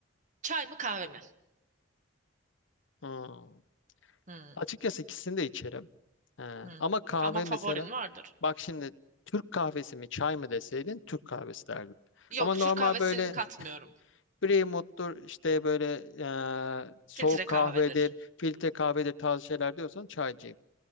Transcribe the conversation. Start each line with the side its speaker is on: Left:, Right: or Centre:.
Right: Çay mı kahve mi?
Left: Hmm.
Right: Hmm,
Left: Açıkçası ikisini de içerim. Ee,
Right: hmm.
Left: ama kahve
Right: Ama
Left: mesela
Right: favorin vardır.
Left: bak şimdi Türk kahvesi mi çay mı deseydin Türk kahvesi derdim.
Right: Yok,
Left: Ama normal
Right: Türk kahvesini
Left: böyle
Right: katmıyorum.
Left: Brewmut'tur işte böyle ee, soğuk
Right: Filtre
Left: kahvedir,
Right: kahvedir.
Left: filtre kahvedir tarzı şeyler diyorsan çaycıyım.